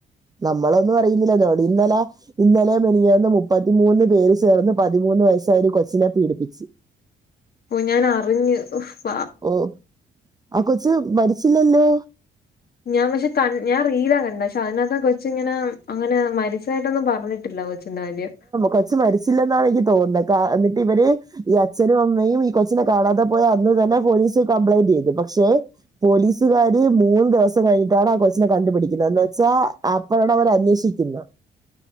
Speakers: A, on the right (about 20°); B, on the left (about 50°).
A: മ്മളൊന്നുറിയുന്നില്ല ന്നോടിന്നലെ ഇന്നലെ മിനിയാന്ന് മുപ്പത്തിമൂന്ന് പേര് ചേർന്ന് പതിമൂന്ന് വയസ്സായൊരു കൊച്ചിനെ പീഡിപ്പിച്ച്
B: ഞാൻ അറിഞ്ഞ് ഹൊ
A: ഓ ആഹ് കൊച്ച് മരിച്ചില്ലല്ലോ
B: ഞാൻ പക്ഷെ ക ഞാൻ റീലാ കണ്ടെ പക്ഷെ അതിനകത്ത് കൊച്ചിങ്ങനെ അങ്ങനെ മരിച്ചതായിട്ടൊന്നും പറഞ്ഞിട്ടില്ല കൊ <unintelligible>
A: കൊച്ച് മരിച്ചില്ലെന്നാണ് എനിക്ക് തോന്നുന്നത് ക ന്നിട്ട് ഇവര് ഈ അച്ഛനും അമ്മയും ഈ കൊച്ച് കാണാതെ പോയി അന്ന് തന്നെ പോലീസി കംപ്ലയിന്റ് ചെയ്തു പക്ഷെ പോലീസുകാര് മൂന്ന് ദിവസം കഴിഞ്ഞിട്ടാണ് ആഹ് കൊച്ചിനെ കണ്ടുപിടിക്കുന്നത് എന്ന് വെച്ചാ ആഹ് പറയണ പോലെ അന്വേഷിക്കുന്ന